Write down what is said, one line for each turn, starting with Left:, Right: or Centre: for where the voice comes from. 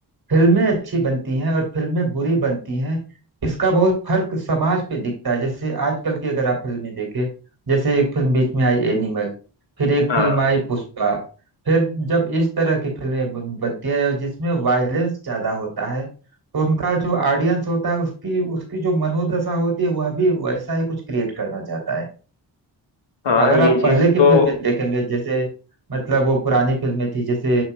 Right: फिल्में अच्छी बनती हैं और फिल्में बुरी बनती हैं इसका बहुत फर्क समाज पे दिखता है जैसे आजकल की अगर आप फिल्में देखें जैसे एक फिल्म बीच में आई एनिमल फिर एक
Left: हाँ
Right: फिल्म आई पुष्पा फिर जब इस तरह की फिल्में बन- बनती है और जिसमें वायलेंस ज्यादा होता है तो उनका जो ऑडियंस होता है उसकी उसकी जो मनोदशा होती है वह भी वैसा ही कुछ क्रिएट करना चाहता है
Left: हाँ
Right: अगर
Left: ये
Right: आप
Left: चीज
Right: पहले की
Left: तो
Right: फिल्में देखेंगे जैसे मतलब वो पुरानी फिल्में थी जैसे